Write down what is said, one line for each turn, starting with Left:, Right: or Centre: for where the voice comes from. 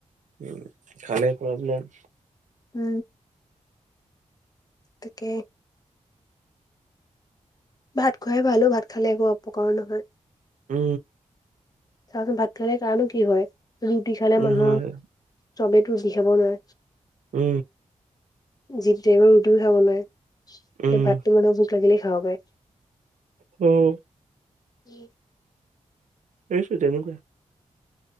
Right: উ খালে প্ৰব্লেম।
Left: উ। তাকে। ভাত খোৱাই ভাল অ', ভাত খালে একো অপকাৰো নহয়।
Right: উ।
Left: চাওঁচোন ভাত খালে কাণো কি হয়? ৰুটি খালে মানুহ,
Right: নহয়
Left: চবেটো ৰুটি খাব নোৱাৰে।
Right: উ।
Left: জিটটুৱে আৰু ৰুটিও খাব নাই কিন্তু
Right: উম
Left: ভাতটো মানে ভোক লাগিলে খাব পাই।
Right: উ।
Left: <inaudible>
Right: এইছো তেনেকুৱাই।